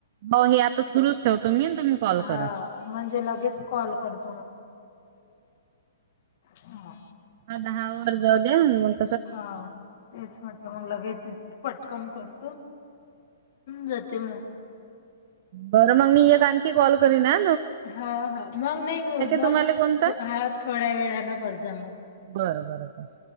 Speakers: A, on the right; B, on the left.
A: हो हे आता सुरूच ठेवतो मी. तुम्ही कॉल
B: हा
A: करा
B: म्हणजे लगेच कॉल करत. हा
A: अ दहा वर् जा.
B: हा तेच म्हटलं मग लगेच. पटकन करतो जाते मग.
A: बरं मग मी एक आणखी कॉल करी ना.
B: हा हा मग नाही मग मग
A: तुम्हाला कोणता?
B: हा थोड्या वेळान करज मग
A: बर बरोबर.